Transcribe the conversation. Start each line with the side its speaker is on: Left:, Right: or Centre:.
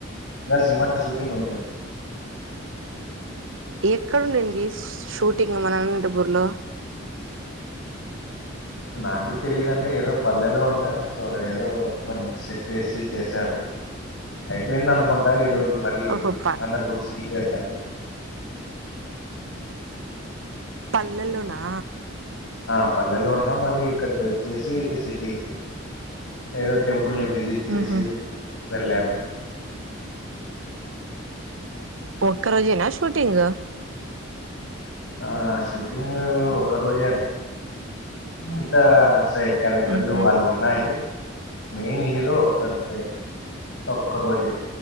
Left: గా సినిమా షూటింగ్ ఉంది
Right: ఎక్కడ ఉండింది షూటింగ్ మన అనంతపూర్ లో
Left: నాకు తెలీదు అండి ఏదో పల్లెలో అంటే సో ఏదో కొన్ని సెట్ వేసి చేసారు అయిపోయింది అనుకుంటా ఈ రోజు మరి
Right: ఓహో ప
Left: అనపూర్ సిటీకే తారు
Right: పల్లెల్లోనా
Left: ఆ పల్లెలో ఉన్న మరి ఇక్కడికి వచ్చేసి సిటీకి ఏదో టెం వుల్ని విజిట్ చేసి
Right: ఉహు
Left: వెళ్ళారు
Right: ఒక్క రోజేనా షూటింగ్
Left: ఆ షూటింగ్ ఒక్క రోజే అడి ఇతా సైట్ క్యారెక్టర్లు
Right: ఉహు
Left: వాళ్ళు ఉన్నాయి మెయిన్ హీరో ఒక్క తే ఒక్క రోజే